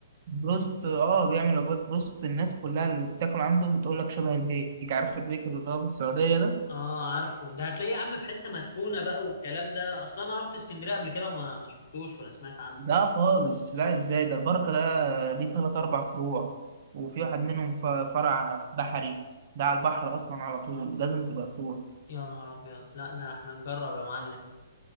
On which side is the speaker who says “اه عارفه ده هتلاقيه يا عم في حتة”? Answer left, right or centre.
Left